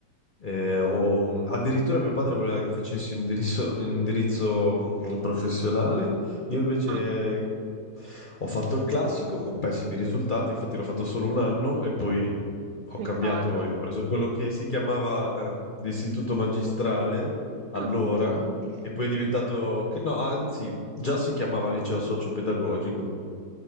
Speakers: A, on the left; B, on the right.
A: eh, o un- Addirittura mio padre voleva che facessi un indirizzo, un indirizzo, mm, professionale. Io invece
B: Ah,
A: ho fatto il classico con pessimi risultati, infatti l'ho fatto solo un anno e poi ho
B: peccato.
A: cambiato e ho preso quello che si chiamava eh, l'istituto magistrale allora,
B: Ah, ma senti.
A: che poi è diventato, che no, anzi, già si chiamava liceo socio-pedagogico